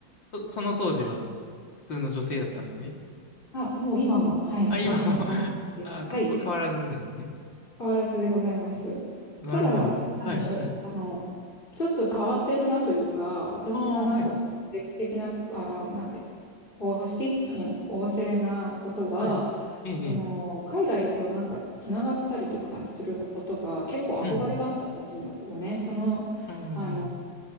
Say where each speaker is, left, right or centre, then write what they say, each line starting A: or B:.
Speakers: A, on the left; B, on the left.
A: そ、その当時は普通の女性だったんですね。
B: あ、もう今も、はい、
A: あ、
B: 昔も変わらず、
A: 今も <laughs> あ、
B: はい、
A: そこ変わらずんですね。
B: 変わらずでございます。
A: なるほど。
B: ただ、なんでしょう、
A: はい、はい。
B: あの、一つ変わってるなというか、私のなんか、
A: ああ、はい、
B: 定期的な、あの、なんか、こう好奇心旺盛なことは、
A: はい。ええ、
B: あの、
A: ええ。
B: 海外となんかつながったりとかすることが結構憧れがあったんですよね。
A: うん、
B: そのあの、
A: うん。うーん。